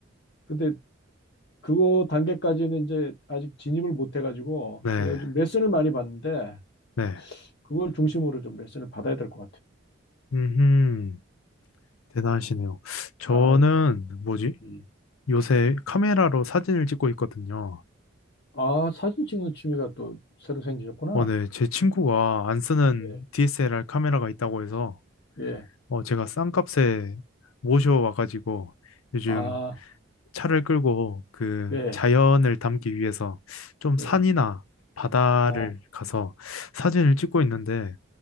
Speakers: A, on the left (about 55°); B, on the left (about 80°).
A: 근데 그거 단계까지는 이제 아직 진입을 못 해가지고
B: 네.
A: 제가 요즘 레슨을 많이 받는데
B: 네.
A: 그걸 중심으로 좀 레슨을 받아야 될 것
B: 음. 대단하시네요. 저는
A: 같아요.
B: 뭐지?
A: 음.
B: 요새 카메라로 사진을 찍고 있거든요.
A: 아, 아, 사진 찍는 취미가 또 새로 생기셨구나.
B: 어, 네. 제 친구가 안 쓰는
A: 예,
B: DSLR 카메라가 있다고 해서
A: 예,
B: 어, 제가 싼 값에 모셔와가지고 요즘
A: 아,
B: 차를 끌고 그
A: 예,
B: 자연을 담기 위해서 좀 산이나
A: 예,
B: 바다를
A: 어,
B: 가서 사진을 찍고 있는데